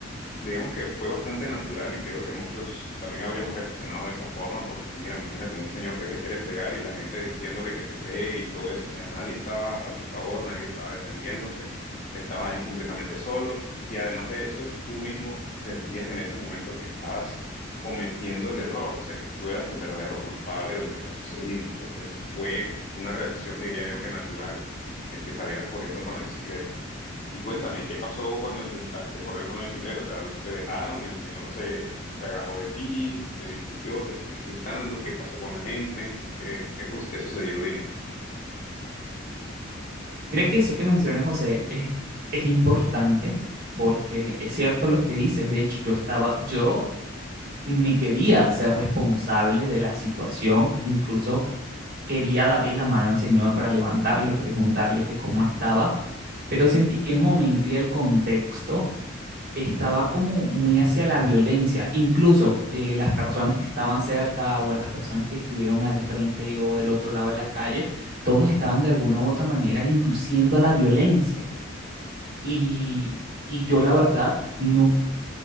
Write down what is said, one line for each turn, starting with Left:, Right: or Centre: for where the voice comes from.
Left: digamos que fue bastante natural y creo que muchos también habríamos reaccionado de esa forma, porque mira, imagínate un señor que te quiere pegar y la gente diciéndole que te pegue y todo eso, o sea, nadie estaba a tu favor, nadie estaba defendiéndote, estabas ahí completamente solo y además de eso, tú mismo sentías en ese momento que estabas cometiendo el error, o sea, que tú eras el verdadero culpable de lo que había sucedido, entonces fue una reacción, diría yo, que natural el que salieras corriendo con la bicicleta. Y cuéntame, ¿qué pasó cuando intentaste correr con la bicicleta? O sea, ¿te dejaron? ¿El señor se, se agarró de ti? ¿Te discutió? ¿Te siguió insultando? ¿Qué pasó con la gente? ¿Qué, qué, cos- qué sucedió? Dime.
Right: Mira que eso que mencionas, José, es, es importante porque es cierto lo que dices. De hecho, yo estaba, yo me quería ser responsable de la situación, incluso quería darle la mano al Señor para levantarlo, preguntarle que cómo estaba, pero sentí que el momento y el contexto estaba como muy hacia la violencia. Incluso eh, las personas que estaban cerca o las personas que estuvieron al frente o del otro lado de la calle, todos estaban de alguna u otra manera induciendo a la violencia. Y, y yo la verdad no,